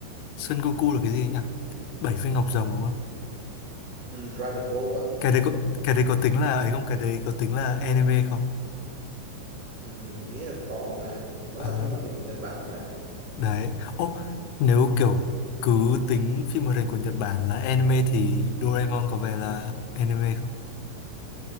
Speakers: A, on the left; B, on the right.
A: Son Goku là cái gì ấy nhỉ bảy viên ngọc rồng đúng không
B: ừ, Dragon Ball á
A: cái đấy có cái đấy có tính là ấy không cái đấy có tính là anime không
B: Ừ, mình nghĩ là có mà nó
A: à,
B: là phim hoạt hình của Nhật Bản mà
A: đấy ô nếu kiểu cứ tính phim hoạt hình của Nhật Bản là anime thì Doraemon có vẻ là anime không